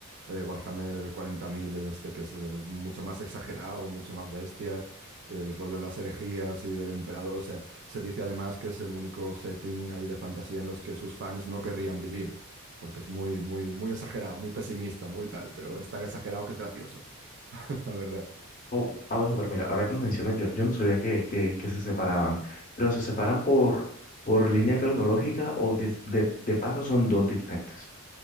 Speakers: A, on the right; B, on the left.
A: eh, Warhammer 40.000, este, que es eh, mucho más exagerado, mucho más bestia, el rollo de las herejías y del emperador, o sea, se dice además que es el único setting ahí de fantasía en los que sus fans no querrían vivir, porque es muy, muy, muy exagerado, muy pesimista, muy tal, pero es tan exagerado que es gracioso, <laughs> la verdad.
B: Oh, ah, bueno, pero mira, ahora que lo mencionas, yo, yo no sabía que, que, que se separaban, pero se separan por, por línea cronológica o de, de, de paso son dos diferentes.